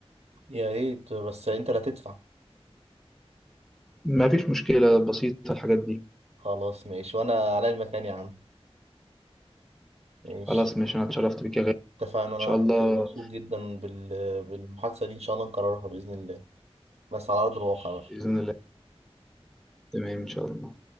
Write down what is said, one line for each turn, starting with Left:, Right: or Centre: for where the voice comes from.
Right: يا ريت بس انت اللي هتدفع
Centre: ما فيش مشكلة بسيطة الحاجات دي
Right: خلاص ماشي وانا على المكان يا عم ماشي
Centre: خلاص ماشي أنا اتشرفت بك يا غالي
Right: اتفقنا
Centre: إن
Right: انا
Centre: شاء الله
Right: كنت مبسوط جدا بال... بالمحادثه دي ان شاء الله نكررها باذن الله بس على ارض الواقع بقى
Centre: بإذن الله تمام إن شاء الله